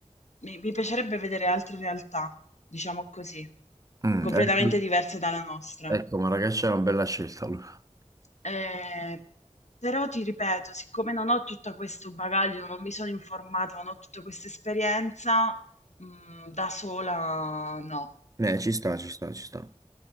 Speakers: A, on the left; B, on the right.
A: mi mi piacerebbe vedere altre realtà, diciamo così,
B: mm,
A: completamente
B: ecco,
A: diverse dalla nostra.
B: ecco, Marrakech è una bella scelta allora.
A: Ehm, però ti ripeto, siccome non ho tutto questo bagaglio, non mi sono informata, non ho tutta questa esperienza, mhmm, da sola no.
B: Eh, ci sta, ci sta, ci sta.